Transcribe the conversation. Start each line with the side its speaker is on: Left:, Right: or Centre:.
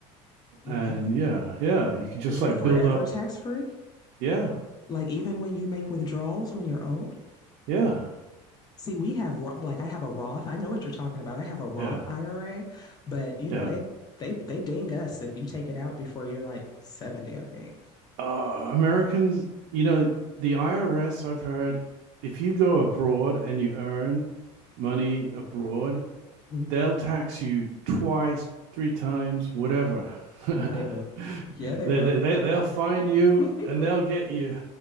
Left: Oh,
Right: And
Left: wow.
Right: yeah, yeah, you could just
Left: Is
Right: like
Left: it forever
Right: build up.
Left: tax free?
Right: Yeah.
Left: Like even when you make withdrawals when you're old?
Right: Yeah.
Left: See, we have like I have a Roth. I know what you're talking about. I have a Roth
Right: Yeah.
Left: IRA, but you
Right: Yeah.
Left: know they they they ding us if you take it out before you're like 70, I think.
Right: uh, Americans, you know, the IRS, I've heard, if you go abroad and you earn money abroad,
Left: Mhm.
Right: they'll tax you twice, three times, whatever.
Left: Yeah, they will.
Right: <laughs>
Left: Yeah, they
Right: they,
Left: will.
Right: they, they, they'll find you
Left: <laughs>
Right: and they'll get you.